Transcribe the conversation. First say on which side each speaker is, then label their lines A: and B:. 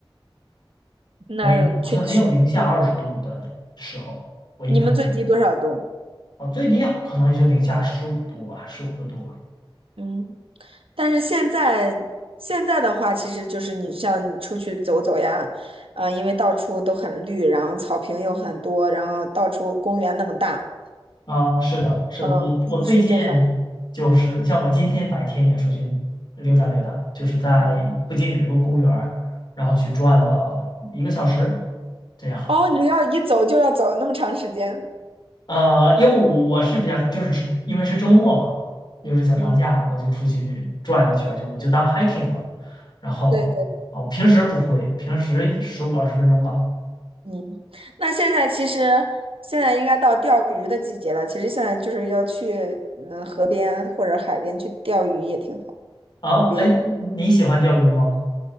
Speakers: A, on the right; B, on the left.
A: 那确实，
B: 没，好像没有零下二十度的时候，我印象中
A: 你们最低多少度？
B: 啊，最低啊可能也就零下十五度吧，十五六度吧。
A: 嗯，但是现在现在的话，其实就是你像你出去走走呀，啊，因为到处都很绿，然后草坪又很多，然后到处公园那么大。
B: 啊，是的，是的，
A: 嗯，
B: 我我最近
A: 去就很，
B: 就是，你像我今天白天也出去溜达溜达，就是在附近有一个公园儿然后去转了一个小时，
A: 嗯，
B: 这样。
A: 哦，你要一走就要走那么长时间，
B: 呃，因为我我是比较就是只因为是周末嘛，又是小长假，
A: 嗯，
B: 我就出去转一圈儿就我就当 hiking 了。然后啊，
A: 对对对，
B: 我平时不会，平时十五二十分钟吧。
A: 嗯，那现在其实现在应该到钓鱼的季节了，其实现在就是要去嗯河边或者海边去钓鱼也挺好，
B: 啊，
A: 湖边。
B: 哎，你喜欢钓鱼吗？